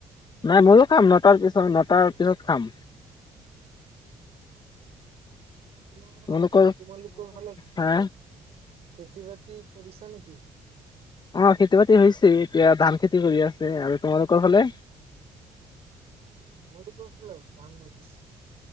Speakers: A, on the left (about 40°); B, on the right (about 65°).
A: নাই ময়ো খাম, নটাৰ পিছত নটাৰ পিছত খাম।
B: <unintelligible>
A: তোমালোকৰ
B: তোমালোকৰ ফালে <unintelligible>
A: হা
B: খেতি বাতি কৰিছা নেকি?
A: অ খেতি বাতি হৈছে এতিয়া ধান খেতি কৰি আছে আৰু তোমালোকৰ ফালে।
B: <unintelligible>